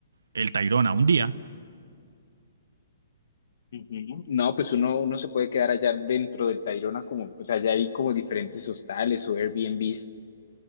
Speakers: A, on the right; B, on the left.
A: el Tayrona, un día,
B: Ujú. No, pues uno, uno se puede quedar allá dentro del Tayrona, como pues allá hay como diferentes hostales o Airbnbs,